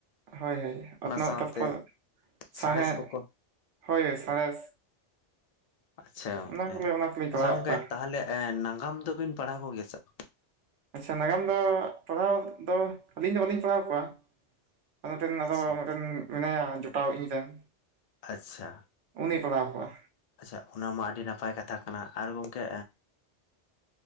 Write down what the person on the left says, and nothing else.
ᱚᱱᱟ
ᱥᱟᱶᱛᱮ
ᱥᱟᱬᱮᱥ ᱠᱚᱠᱚ
ᱟᱪᱪᱷᱟ ᱜᱚᱝᱠᱮ,
ᱟᱪᱪᱷᱟ
ᱜᱚᱝᱠᱮ
ᱛᱟᱦᱚᱞᱮ ᱱᱟᱜᱟᱢ ᱫᱚᱵᱤᱱ ᱯᱟᱲᱦᱟᱣ ᱠᱚ ᱜᱮᱭᱟ ᱥᱮ ᱵᱟᱝ
ᱟᱪᱪᱷᱟ
ᱟᱪᱪᱷᱟ
ᱟᱪᱪᱷᱟ, ᱚᱱᱟ ᱢᱟ ᱟᱹᱰᱤ ᱱᱟᱯᱟᱭ ᱠᱟᱛᱷᱟ ᱠᱟᱱᱟ ᱟᱨ ᱜᱚᱢᱠᱮ